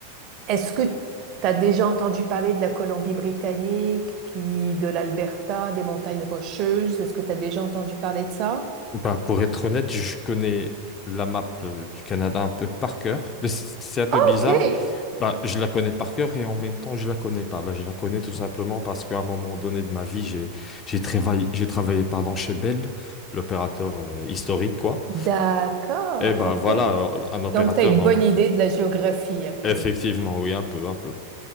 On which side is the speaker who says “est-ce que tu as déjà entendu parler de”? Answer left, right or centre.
Right